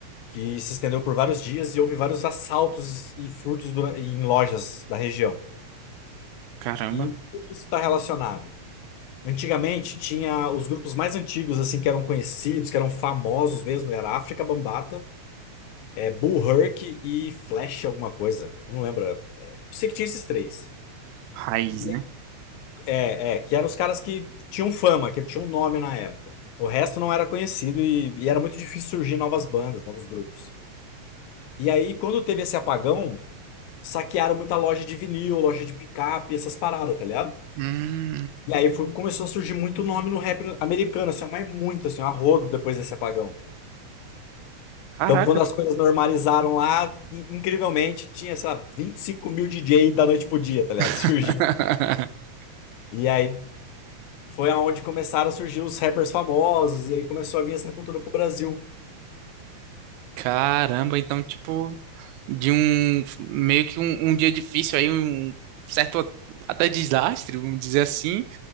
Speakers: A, on the left; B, on the right.
A: Que se estendeu por vários dias e houve vários assaltos e furtos dura- em lojas da região.
B: caramba.
A: E por que isso está relacionado? Antigamente tinha os grupos mais antigos, assim, que eram conhecidos, que eram famosos mesmo, era África Bambata, é, Bull Herc e Flash alguma coisa. Eu não lembro. É, sei que tinha esses três.
B: Raiz,
A: E
B: né?
A: aí- é, é, que eram os caras que tinham fama, que tinham nome na época. O resto não era conhecido e e era muito difícil surgir novas bandas, novos grupos. E aí, quando teve esse apagão, saquearam muita loja de vinil, loja de picape, essas paradas, tá ligado?
B: Hum,
A: E aí foi- começou a surgir muito nome no rap americano, assim, ó, mas muito, assim, ó, a rodo depois desse apagão.
B: caraca.
A: Então, quando as coisas normalizaram lá, in- incrivelmente, tinha, sei lá, 25 mil DJ da noite pro dia, tá ligado?
B: <laughs>
A: <laughs> Surgiu. E aí foi aonde começaram a surgir os rappers famosos, e aí começou a vir essa cultura pro Brasil.
B: Caramba, então, tipo, de um meio que um, um dia difícil aí, um certo até desastre, vamos dizer assim,